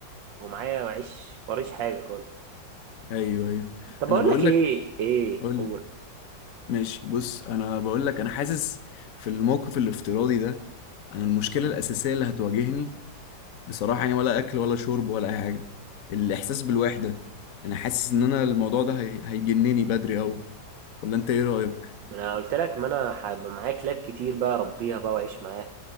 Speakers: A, on the right (about 75°); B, on the left (about 55°).
A: ومعايا معيش وريش حاجه خالص
B: ايوه ايوه
A: طب بقول
B: انا بقول
A: لك ايه
B: لك
A: ايه
B: قول
A: قول
B: لي ماشي بص انا بقول لك انا حاسس في الموقف الافتراضي ده انا المشكله الاساسيه اللي هتواجهني بصراحه يعني ولا اكل ولا شرب ولا اي حاجه الاحساس بالوحده انا حاسس ان انا الموضوع ده هي- هيجنني بدري قوي ولا انت ايه رايك
A: انا قلت لك ما انا هبقى معايا كلاب كتير بقى اربيها بقى واعيش معاها